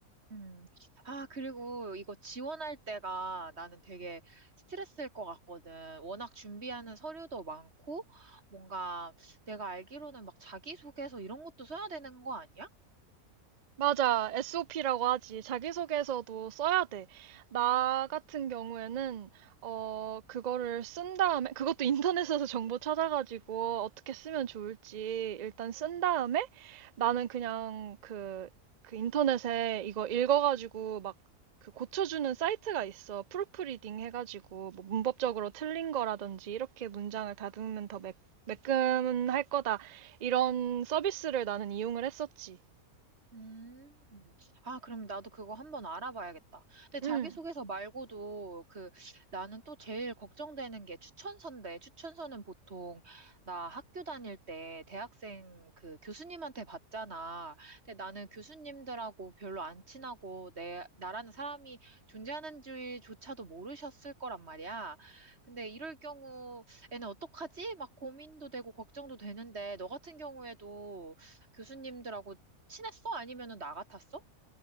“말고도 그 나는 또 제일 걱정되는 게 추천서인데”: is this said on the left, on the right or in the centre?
Right